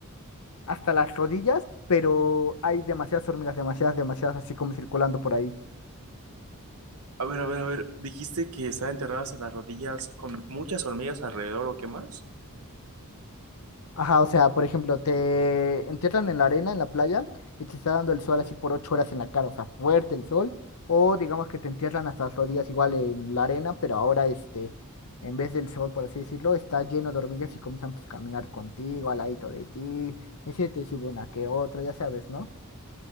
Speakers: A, on the left; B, on the right.
A: hasta las rodillas, pero hay demasiadas hormigas, demasiadas, demasiadas, así como circulando por ahí.
B: A ver, a ver, a ver, dijiste que estaban enterradas a las rodillas con muchas hormigas alrededor o qué más.
A: Ajá, o sea, por ejemplo, te entierran en la arena, en la playa, y te está dando el sol así por ocho horas en la cara, o sea, fuerte el sol, o digamos que te entierran hasta las rodillas igual en la arena, pero ahora este, en vez del sol, por así decirlo, está lleno de hormigas y comienzan pues, a caminar contigo, al ladito de ti, y se te sube una que otra, ya sabes, ¿no?